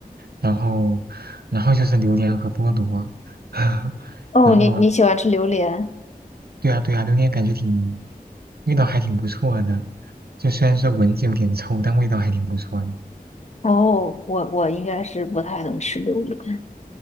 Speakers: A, on the right (about 75°); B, on the left (about 45°).
A: 然后，然后就是榴莲和菠萝，<laughs>
B: 哦，
A: 然后
B: 你你喜欢吃榴莲？
A: 对啊对啊，榴莲感觉挺，味道还挺不错的，就虽然说闻着有点臭，但味道还挺不错的。
B: 哦，我我应该是不太能吃榴莲，